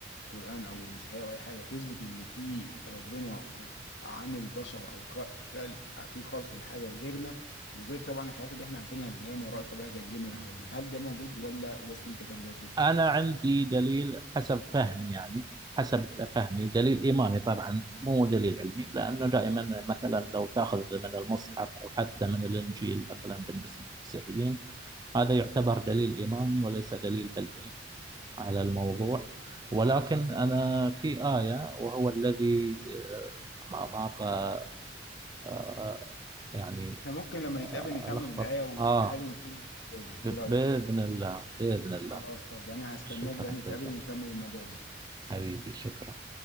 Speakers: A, on the left; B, on the right.
A: قرآن أو المسيحية أو أي حاجة تثبت إن في ربنا خ- عامل بشر أو خ- خلق في خلق الحاجة غيرنا وغير طبعا الحاجات اللي إحنا عارفينها اللي هي ما وراء الطبيعة زي الجن والحاجات دي هل ده موجود ولا ده استنتاجات برضه؟
B: أنا عندي دليل حسب فهمي يعني حسب فهمي دليل إيماني طبعا مو دليل علمي لأنه دائما مثلا لو تأخذ من المصحف أو حتى من الإنجيل مثلا بالنسبة للمسيحيين هذا يعتبر دليل إيماني وليس دليل علمي على الموضوع ولكن أنا في آية وهو الذي آه، ما ما أبغى آه، يعني
A: إحنا ممكن لما
B: آه،
A: نتقابل نكمل
B: ألخبط
A: الآية وتقولها
B: آه
A: لي ونرجع للموضوع ده
B: ب-
A: إيه رأيك؟
B: بإذن الله بإذن الله
A: خلاص طب أنا هستناك
B: شكرا
A: بقى نتقابل
B: جزيلا
A: ونكمل الموضوع ده سلام
B: حبيبي شكرا